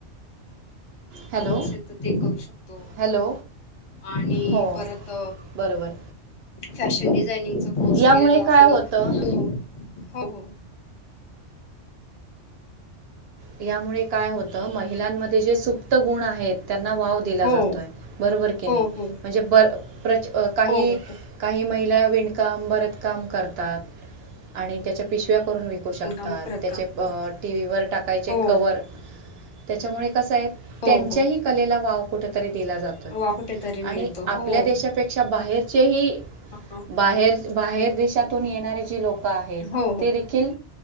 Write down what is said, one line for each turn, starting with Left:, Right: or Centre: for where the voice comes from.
Right: हॅलो
Left: जमत असेल तर ते करू शकतो.
Right: हॅलो
Left: आणि
Right: हो
Left: परत
Right: बरोबर
Left: फॅशन डिझाइनिंगचा कोर्स
Right: यामुळे
Left: केलेला असेल
Right: काय होतं
Left: तर हो, हो.
Right: यामुळे काय होतं, महिलांमध्ये जे सुप्त गुण आहेत- त्यांना वाव दिला
Left: हो
Right: जातोय,
Left: हो
Right: बरोबर की
Left: हो
Right: नाही,
Left: हो
Right: म्हणजे बर- प्रच- काही-
Left: हो हो
Right: काही महिला विणकाम, भरतकाम करतात आणि त्याच्या- पिशव्या करून विकू शकतात,
Left: हो काम करत
Right: त्याचे
Left: काम
Right: टीव्हीवर टाकायचे
Left: हो
Right: कवर- त्याच्यामुळे कस आहे,
Left: हो
Right: त्यांच्याही
Left: हो
Right: कलेला वाव कुठेतरी दिला जातो.
Left: वा कुठेतरी मिळतो
Right: आणि आपल्या
Left: हो
Right: देशापे- क्षा बाहेरचेही
Left: हो
Right: बाहेर, बाहेर देशातून येणारे जे लोक- आहेत,
Left: हो
Right: ते देखील